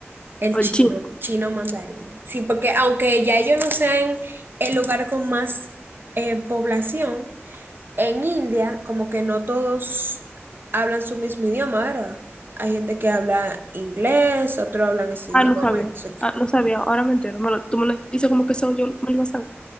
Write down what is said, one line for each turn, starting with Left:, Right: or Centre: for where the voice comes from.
Right: El
Left: O el
Right: chino,
Left: chino.
Right: chino mandarín. Sí, porque aunque ya ellos no sean el lugar con más eh, población, en India como que no todos hablan su mismo idioma, ¿verdad? Hay gente que habla inglés, otros hablan ese idioma
Left: Ah, no sabía.
Right: y no sé qué.
Left: Ah, no sabía. Ahora me entero. Me lo- tú me lo dices como que eso yo me lo iba a saber.